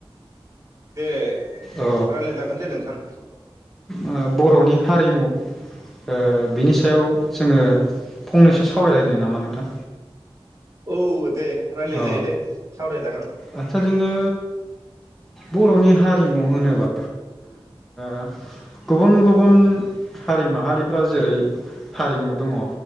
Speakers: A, on the right (about 35°); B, in the centre.
A: दे
B: ओ
A: रायलाय जागोन दे नोंथां
B: ओ बर'नि हारिमु ओ बिनि सायाव जोङो फंनैसो सावरायलायनो नामा नोंथां
A: औ दे रायलाय
B: अ
A: जायो दे सावरायजागोन
B: आदसा जोङो बर'नि हारिमु होनोबा ओ गुबुन गुबुन हारि माहारिफ्रा जेरै हारिमु दङ